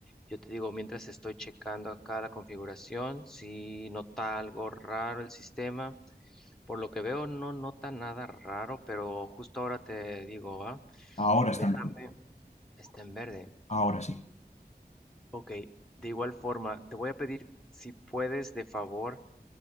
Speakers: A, in the centre; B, on the left.
A: Yo te digo, mientras estoy checando acá la configuración, si nota algo raro el sistema, por lo que veo no nota nada raro, pero justo ahora te digo, ¿va?
B: Ahora está
A: Déjame,
B: en rojo.
A: está en verde.
B: Ahora sí.
A: Ok, de igual forma, te voy a pedir si puedes, de favor,